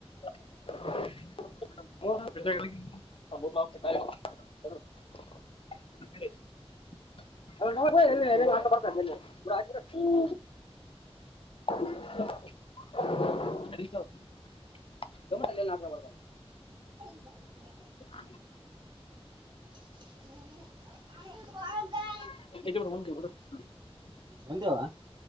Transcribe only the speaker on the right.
ಹ <inaudible>
<unintelligible>
ಒಂತೇವಾ <unintelligible>